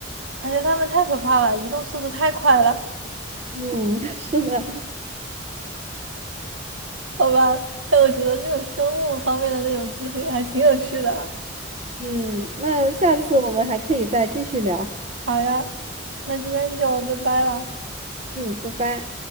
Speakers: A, on the right; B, on the right.
A: 而且它们太可怕了，移动速度太快了，
B: 嗯，<laughs> 是的，
A: 好吧？哎，我觉得这种生物方面的那种知识也还挺有趣的啊。
B: 嗯，那下次我们还可以再继续聊。
A: 好呀，那今天就拜拜了。
B: 嗯，拜拜。